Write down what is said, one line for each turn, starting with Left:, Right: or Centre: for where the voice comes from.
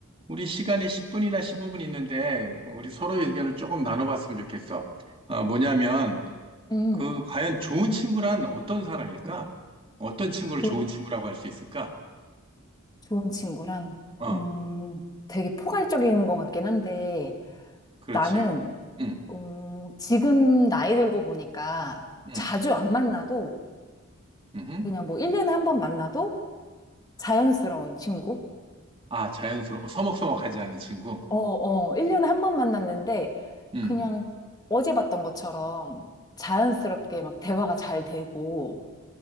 Right: 우리 시간이 10분이나 15분 있는데 우리 서로의
Left: 음,
Right: 의견을 조금 나눠봤으면 좋겠어. 어, 뭐냐면
Left: 음,
Right: 그 과연 좋은 친구란 어떤 사람일까? 어떤 친구를
Left: 조,
Right: 좋은 친구라고 할 수 있을까?
Left: 좋은 친구란,
Right: 어,
Left: 음, 되게 포괄적인 것 같긴 한데,
Right: 그렇지.
Left: 나는,
Right: 응,
Left: 음, 지금 나이 들고 보니까
Right: 응,
Left: 자주 안 만나도,
Right: 응.
Left: 그냥 뭐 1년에 한 번 만나도 자연스러운 친구?
Right: 아, 자연스러워. 어, 서먹서먹하지 않은 친구.
Left: 어, 어, 1년에 한 번 만났는데,
Right: 응.
Left: 그냥 어제 봤던 것처럼 자연스럽게 막 대화가 잘 되고,